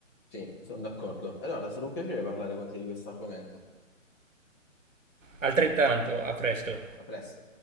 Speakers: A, on the left; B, on the right.
A: sì, sono d'accordo. Allora, è stato un piacere parlare con te di questo argomento.
B: Altrettanto, a presto.
A: A presto.